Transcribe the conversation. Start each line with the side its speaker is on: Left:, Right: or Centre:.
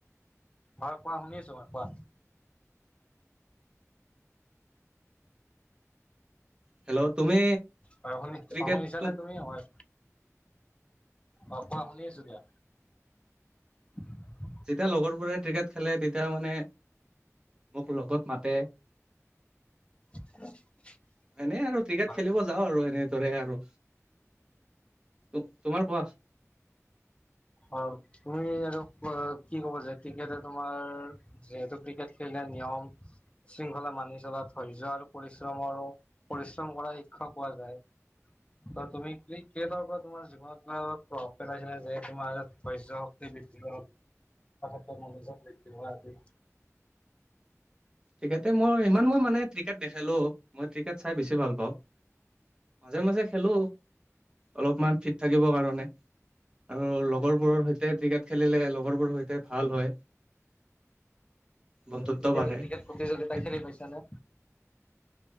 Left: হয়, কোৱা শুনিছো কোৱা।
Right: হেল্ল' তুমি
Left: হয় শুনি
Right: ক্ৰিকেটটো
Left: অ', শুনিছানে তুমি হয় অ অ শুনি আছো দিয়া। <inaudible>
Right: যেতিয়া লগৰবোৰে ক্ৰিকেট খেলে তেতিয়া মানে মোক লগত মাতে।
Left: <inaudible>
Right: এনে আৰু ক্ৰিকেট
Left: হয়
Right: খেলিব যাওঁ আৰু এনে দৰে আৰু তোমাৰ কোৱা।
Left: অ', তুমি আৰু কি ক'ব যে ক্ৰিকেটে তোমাৰ যিহেতু ক্ৰিকেট খেলিলে নিয়ম শৃংখলা মানি চলা ধৈৰ্য আৰু পৰিশ্ৰমৰো পৰিশ্ৰম কৰা শিক্ষা পোৱা যায়। ত' তুমি ক্ৰিকেটৰ পৰা তোমাৰ জীৱনত কিব প্ৰভাৱ পেলাইছে নে, যে তুোমাৰ ধৰ্য্য হওক <unintelligible>
Right: ক্ৰিকেতে মই ইমান মই মানে ক্ৰিকেট নেখেলোঁ মই ক্ৰিকেট চাই বেছি ভাল পাওঁ। মাজে মাজে খেলো অলপমান ফিট থাকিব কাৰণে। আৰু লগৰ বোৰৰ সৈতে ক্ৰিকেট খেলিলে লগৰবোৰৰ সৈতে ভাল হয় বন্ধুত্ব
Left: তুমি কেতিয়াবা
Right: বাঢ়ে।
Left: ক্ৰিকেট প্ৰতিযোগিতা
Right: সেই
Left: খেলি পাইছ নে?